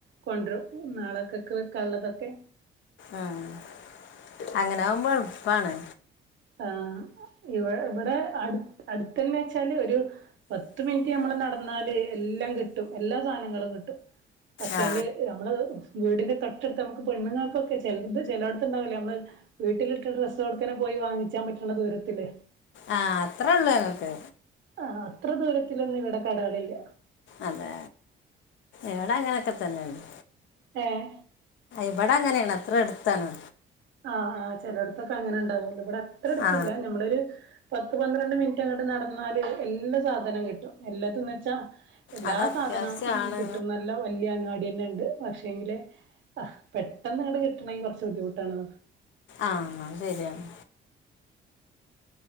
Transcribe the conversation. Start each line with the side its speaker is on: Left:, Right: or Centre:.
Right: കൊണ്ട്റും ഹ് നാളക്കൊക്കെ വെക് കള്ളതൊക്കെ
Left: ആഹ് അങ്ങനാകുമ്പോ എളുപ്പാണ്
Right: ആഹ് ഇവ് വെ ഇബടെ അടുത് അടു കെന്നച്ചാല് ഒരു പത്ത് മിൻറ്റ് നമ്മള് നടന്നാല് എല്ലാം കിട്ടും എല്ലാ സാധനങ്ങളും കിട്ടും പക്ഷേല്
Left: ആ
Right: ഞമ്മള് ഉം വീടിന്റെ തൊട്ടടുത്ത് നമ്ക് പെണ്ണുങ്ങൾക്കൊക്കെ ചെലത് ചെലോട്ത്തുണ്ടാവല്ലൊ നമ്മള് വീട്ടിലിട്ട ഡ്രസ്സോടുക്കന്നെ പോയി വാങ്ങിക് ച്ചാൻ പറ്റണ ദൂരത്തിലെ
Left: ആഹ് അത്രള്ളു അതൊക്കെ
Right: ആഹ് അത്ര ദൂരത്തിലൊന്നും ഇവിടെ കടേള്ല്ല
Left: അതെ ഇവടങ്ങനെക്കെ തന്നേണ്
Right: ഏഹ്
Left: ഇബടങ്ങനേണ് അത്ര എട്ത്താണ്
Right: ആഹ് ആഹ് ചെലോട്ട്‌ത്തൊക്കെ അങ്ങനെ ഉണ്ടാവോലോ ഇബട അത്ര അടുത്തില്ല
Left: ആ
Right: ഞമ്മളൊരു പത് പത്ത് പന്ത്രണ്ട് മിൻറ്റ് അങ്ങട്ട് നടന്നാല് എല്ല സാധനം കിട്ടും എല്ലതും ന്നവെച്ചാ എല്ലാ
Left: അത് അത്യാവശ്യമാണ്
Right: സാധനോം ഉം കിട്ടും നല്ല വല്ല്യ അങ്ങാടിയന്നെണ്ട് പക്ഷെങ്കില് അഹ് പെട്ടെന്നങ്ങട് കിട്ടണെങ്കി കുറച്ച് ബുദ്ധിമുട്ടാണ് ന്
Left: ആഹ് അഹ് ശരിയാണ്